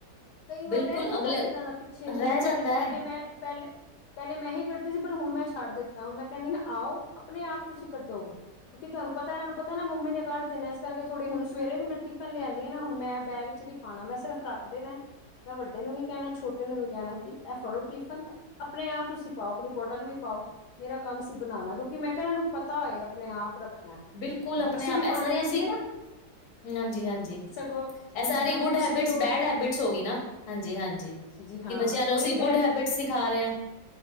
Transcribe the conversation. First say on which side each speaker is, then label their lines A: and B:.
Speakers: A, on the left; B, on the left.
A: ਕਈ ਵਾਰ
B: ਬਿਲਕੁਲ
A: ਰਹਿ ਜਾਂਦਾ
B: ਅਗਲੇ
A: ਸੀ ਇਦਾਂ ਦਾ ਪਿੱਛੇ
B: ਰਹਿ
A: ਹੁਣ
B: ਜਾਂਦਾ
A: ਬਟ ਪਹਿਲੇ
B: ਹੈ
A: ਮੈਂ ਪਹਿਲੇ ਪਹਿਲੇ ਮੈਂ ਹੀ ਕੱਢਦੀ ਸੀ ਪਰ ਹੁਣ ਮੈਂ ਛੱਡ ਦਿੱਤਾ ਹੁਣ ਮੈਂ ਕਹਿੰਦੀ ਆਓ ਆਪਣੇ ਆਪ ਤੁਸੀਂ ਕੱਢੋਗੇ। ਕਿਉਂਕਿ ਤੁਹਾਨੂੰ ਪਤਾ ਇਹ ਨੂੰ ਪਤਾ ਮ ਮੰਮੀ ਨੇ ਕੱਢ ਦੇਣਾ ਇਸ ਕਰਕੇ ਥੋੜ੍ਹੀ ਹੁਣ ਸਵੇਰੇ ਵੀ ਮੈਂ ਟਿਫਨ ਲਿਆਂਦੀ ਆ ਨਾ ਹੁਣ ਮੈਂ ਬੈਗ ਚ ਪਾਣਾ ਮੈਂ ਸਿਰਫ਼ ਰੱਖ ਦੇਣਾ ਮੈਂ ਵੱਡੇ ਨੂੰ ਵੀ ਕਹਿਣਾ ਛੋਟੇ ਨੂੰ ਵੀ ਕਹਿਣਾ ਕਿ ਇਹ ਫੜੋ ਟਿਫਨ ਆਪਣੇ ਆਪ ਤੁਸੀਂ ਪਾਓ ਆਪਣੀ ਬੋਟਲ ਵੀ ਪਾਓ ਮੇਰਾ ਕੰਮ ਸੀ ਬਣਾਣਾ ਕਿਉਂਕਿ ਮੈਂ ਕਿਹਾ ਇਹਨਾਂ ਨੂੰ ਪਤਾ ਹੋਏ ਆਪਣੇ ਆਪ ਰੱਖਣਾ।
B: ਬਿਲਕੁਲ
A: ਬੁੱਕਸ
B: ਆਪਣੇ
A: ਵੀ
B: ਆਪ ਇਹ
A: ਪਾਉਣੀਆਂ
B: ਸਾਰੀ
A: ਆਉਂਦੀਆਂ
B: ਅਸੀਂ
A: ਨਾ
B: ਹਾਂਜੀ, ਹਾਂਜੀ
A: ਸਗੋਂ
B: ਇਹ
A: ਹੁਣ
B: ਸਾਰੀ
A: ਜਿੱਦਾਂ
B: ਗੁੱਡ
A: ਬੁੱਕਸ
B: ਹੈਬਿਟ
A: ਵੀ ਰੋਜ਼
B: ਬੈਡ ਹੈਬਿਟਸ ਹੋ ਗਈ ਨਾ ਹਾਂਜੀ, ਹਾਂਜੀ
A: ਹਾਂ
B: ਕਿ ਬੱਚਿਆਂ ਨੂੰ
A: ਉਹੀ
B: ਅਸੀਂ ਗੁੱਡ
A: ਮੈਂ
B: ਹੈਬਿਟ ਸਿਖਾ ਰਹੇ ਆ।